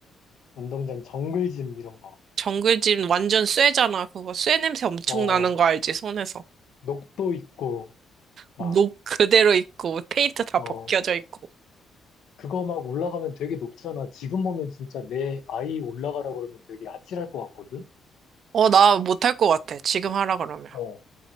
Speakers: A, on the left (about 60°); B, on the right (about 45°).
A: 운동장 정글짐 이런 거.
B: 정글짐 완전 쇠잖아, 그거. 쇠 냄새 엄청
A: 어,
B: 나는 거 알지, 손에서.
A: 녹도 있고, 막,
B: 녹 그대로 있고, 페인트 다
A: 어,
B: 벗겨져 있고.
A: 그거 막 올라가면 되게 높잖아. 지금 보면 진짜 내 아이 올라가라고 그러면 되게 아찔할 것 같거든?
B: 어, 나 못할 것 같아, 지금 하라 그러면.
A: 어.